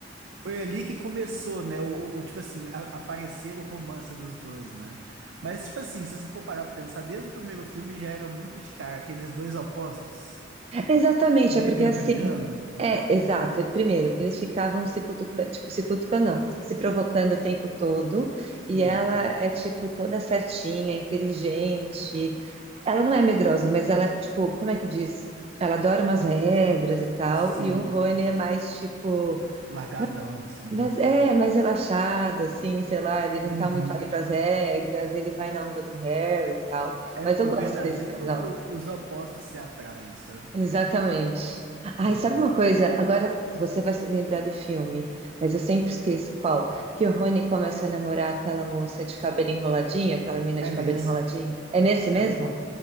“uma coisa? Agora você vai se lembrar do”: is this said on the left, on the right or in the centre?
Right